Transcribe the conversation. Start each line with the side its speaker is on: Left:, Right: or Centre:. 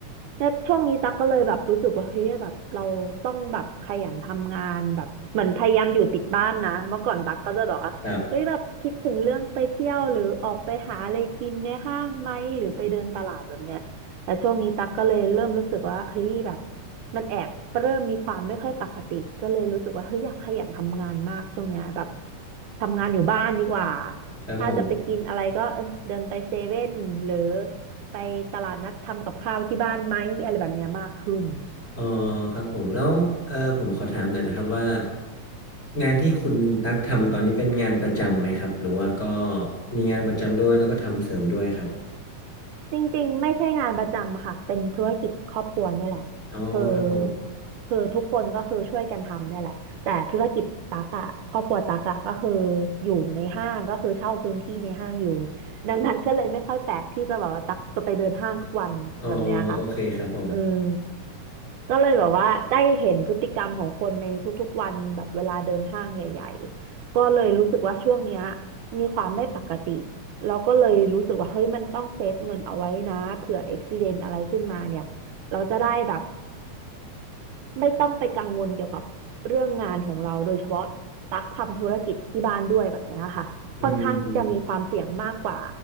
Right: แล้วช่วงนี้ตั๊กก็เลยแบบรู้สึกว่าเฮ้ยแบบเราต้องแบบขยันทำงานแบบเหมือนพยายามอยู่ติดบ้านนะเมื่อก่อนตั๊กก็จะบบกว่าเฮ้ยแบบคิดถึงเรื่องไปเที่ยวหรือออกไปหาอะไรกินในห้างไหมหรือไปเดินตลาดแบบเนี้ยแต่ช่วงนี้ตั๊กก็เลยเริ่มรู้สึกว่าเฮ้ยแบบ
Left: ครับ
Right: มันแอบเริ่มมีความไม่ค่อยปกติก็เลยรู้สึกว่าเฮ้ยอยากขยันทำงานมากช่วงเนี้ยแบบทำงานอยู่บ้านดีกว่า
Left: ครับผม
Right: ถ้าจะไปกินอะไรก็เออเดินไปเซเว่นหรือ ไปตลาดนัดทำกับข้าวที่บ้านไหมอะไรแบบเนี้ยมากขึ้น
Left: อ๋อครับผมแล้วเออผมขอถามหน่อยนะครับว่างานที่คุณตั๊กทำตอนนี้เป็นงานประจำไหมครับหรือว่าก็มีงานประจำด้วยแล้วก็ทำเสริมด้วยครับ
Right: จริงๆไม่ใช่งานประจำค่ะเป็นธุรกิจครอบครัวเนี่ยแหละ
Left: อ๋อครับผม
Right: คือคือทุกคนก็คือช่วยกันทำเนี่ยแหละแต่ธุรกิจตักอะครอบครัวตักอะก็คืออยู่ในห้างก็คือเช่าพื้นที่ในห้างอยู่ดังนั้นก็เลยไม่ค่อยแปลกที่จะแบบว่าตักจะไปเดินห้างทุกวันแบบเนี้ยค่ะ
Left: อ๋อโอเคครับผม
Right: อืมก็เลยแบบว่าได้เห็นพฤติกรรมของคนในทุกๆวันแบบเวลาเดินห้างใหญ่ๆก็เลยรู้สึกว่าช่วงเนี้ยมีความไม่ปกติ เราก็เลยรู้สึกว่าเฮ้ยมันต้องเซฟเงินเอาไว้นะเผื่ออุบัติเหตุอะไรขึ้นมาเนี่ยเราจะได้แบบ ไม่ต้องไปกังวลเกี่ยวกับเรื่องงานของเราโดยเฉพาะตักทำธุรกิจที่บ้านด้วยแบบเนี้ยค่ะค่อนข้างที่จะมีความเสี่ยงมากกว่า
Left: อืม